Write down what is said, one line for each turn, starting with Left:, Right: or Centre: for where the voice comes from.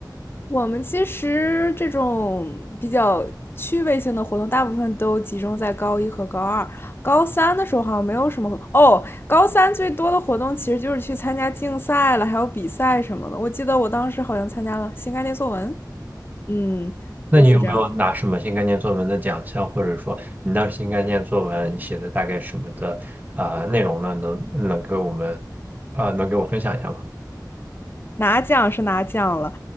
Left: 我们其实这种比较趣味性的活动，大部分都集中在高一和高二。高三的时候好像没有什么活动哦。高三最多的活动其实就是去参加竞赛了，还有比赛什么的。我记得我当时好像参加了新概念作文，嗯，
Right: 那你有没有拿什么新概念作文的奖项，
Left: 类似这样。
Right: 或者说你当时新概念作文你写的大概什么的啊、呃内容呢？能能给我们啊、呃能给我分享一下吗？
Left: 拿奖是拿奖了，